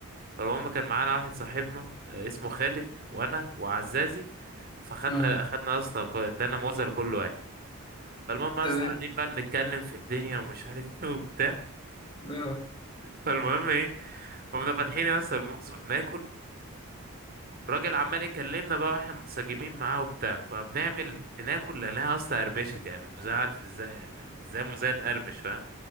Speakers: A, on the right (about 45°); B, on the left (about 20°).
A: فالمهم كان معانا واحد صاحبنا آه، اسمه خالد وانا وعزازي فخدنا
B: اه
A: خدنا يا اسطى كو- ادانا موزه لكل واحد فالمهم يا
B: تمام
A: اسطى قاعدين بقى بنتكلم في الدنيا ومش عارف ايه وبتاع
B: اه
A: فالمهم ايه قمنا فاتحين يا اسطى الموز وبناكل الراجل عمال يكلمنا بقى واحنا منسجمين معاه وبتاع فبنعمل بناكل لانها يا اسطى قرمشت يعني الموزه عارف ازاي يعني ازاي موزه تقرمش فاهم